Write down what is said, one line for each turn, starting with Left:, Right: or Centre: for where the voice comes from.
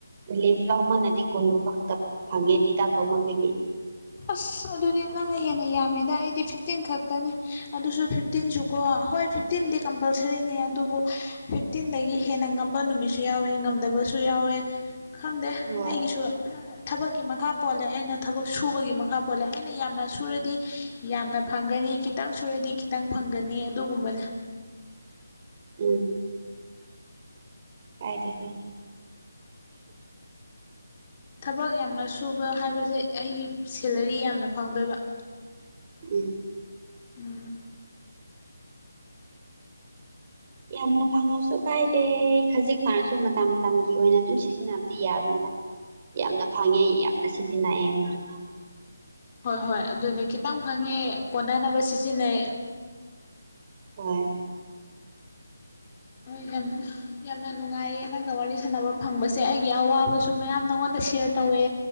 Right: ꯂꯤꯐ ꯂꯃꯅꯗꯤ ꯀꯨꯟꯒꯨꯝꯕ ꯈꯛꯇ ꯐꯪꯉꯦꯗꯤ ꯗꯥꯛꯇꯧꯃꯟꯕꯒꯤ
Left: ꯑꯁ ꯑꯗꯨꯗꯤ ꯅꯪꯅ ꯍꯦꯟꯅ ꯌꯥꯝꯃꯤꯗ ꯑꯩꯗꯤ ꯐꯤꯐꯇꯤꯟ ꯈꯛꯇꯅꯦ ꯑꯗꯨꯁꯨ ꯐꯤ ꯇꯤꯟꯁꯨꯀꯣ ꯍꯣꯏ ꯐꯤꯐꯇꯤꯟꯗꯤ ꯀꯝꯄꯜꯁꯔꯤꯅꯦ ꯑꯗꯨꯕꯨ ꯐꯤꯐꯇꯤꯟꯗꯒꯤ ꯍꯦꯟꯅ ꯉꯝꯕ ꯅꯨꯃꯤꯠꯁꯨ ꯌꯥꯎꯋꯦ ꯉꯝꯗꯕꯁꯨ ꯌꯥꯎꯋꯦ ꯈꯪꯗꯦ
Right: ꯍꯣꯏ
Left: ꯑꯩꯒꯤꯁꯨ ꯊꯕꯛꯀꯤ ꯃꯈꯥ ꯄꯣꯜꯂꯦ ꯑꯩꯅ ꯊꯕꯛ ꯁꯨꯕꯒꯤ ꯃꯈꯥ ꯄꯣꯜꯂꯦ ꯑꯩꯅ ꯌꯥꯝꯅ ꯁꯨꯔꯗꯤ ꯌꯥꯝꯅ ꯐꯪꯒꯅꯤ ꯈꯤꯇꯪ ꯁꯨꯔꯗꯤ ꯈꯤꯇꯪ ꯐꯪꯒꯅꯤ ꯑꯗꯨꯒꯨꯝꯕꯅꯦ
Right: ꯎꯝ ꯀꯥꯏꯗꯦ ꯀꯥꯏꯗꯦ
Left: ꯊꯕꯛ ꯌꯥꯝꯅ ꯁꯨꯕ ꯍꯥꯏꯕꯁꯦ ꯑꯩꯒꯤ ꯁꯦꯂꯔꯤ ꯌꯥꯝꯅ ꯐꯪꯗꯣꯏꯕ
Right: ꯎꯝ
Left: ꯎꯝ
Right: ꯌꯥꯝꯅ ꯐꯪꯉꯁꯨ ꯀꯥꯏꯗꯦ ꯈꯖꯤꯛ ꯐꯪꯉꯁꯨ ꯃꯇꯝ ꯃꯇꯝꯒꯤ ꯑꯣꯏꯅ ꯑꯗꯨꯝ ꯁꯤ ꯁꯤꯖꯤꯟꯅꯕꯗꯤ ꯌꯥꯕꯅꯤꯗ ꯌꯥꯝꯅ ꯐꯪꯉꯦ ꯌꯥꯝꯅ ꯁꯤꯖꯤꯟꯅꯑꯦ ꯃꯔꯝꯗꯤ
Left: ꯍꯣꯏ ꯍꯣꯏ ꯑꯗꯨꯅꯦ ꯈꯤꯇꯪ ꯈꯪꯉꯦ ꯀꯣꯟꯅꯅꯕ ꯁꯤꯖꯤꯟꯅꯩ
Right: ꯑꯣ
Left: ꯍꯥꯏꯒꯝꯅꯦ ꯌꯥꯝꯅ ꯅꯨꯡꯉꯥꯏꯌꯦ ꯅꯪꯅ ꯋꯥꯔꯤ ꯁꯥꯟꯅꯕ ꯐꯪꯕꯁꯦ ꯑꯩꯒꯤ ꯑꯋꯥꯕꯁꯨ ꯃꯌꯥꯝ ꯅꯪꯉꯣꯟꯗ ꯁꯤꯌꯔ ꯇꯧꯋꯦ